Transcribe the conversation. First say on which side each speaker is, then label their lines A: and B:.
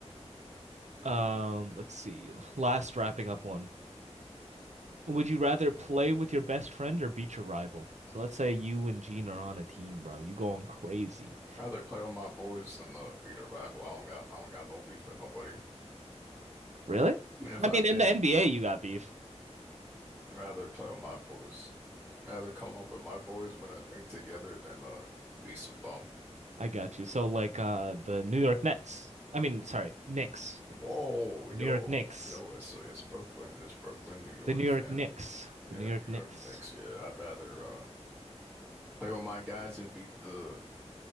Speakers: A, on the right (about 85°); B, on the right (about 20°).
A: Um, let's see. Last wrapping up one. Would you rather play with your best friend or beat your rival? So let's say you and Gene are on a team, bro. You going crazy.
B: Rather play with my boys than uh, beat a rival. I don't got, I don't got no beef with nobody.
A: Really?
B: Even if
A: I
B: I
A: mean,
B: did,
A: in the NBA, you got beef.
B: I'd rather play with my boys. Rather come up with my boys when I ring together than uh, be some bum.
A: I got you. So like uh, the New York Nets. I mean, sorry, Knicks. Knicks.
B: Whoa,
A: The
B: yo,
A: New York Knicks.
B: yo, it's it's Brooklyn, it's Brooklyn, New York,
A: The New York
B: fam.
A: Knicks.
B: Yeah,
A: The New York
B: New
A: Knicks.
B: York Knicks. Yeah, I'd rather uh play with my guys and beat the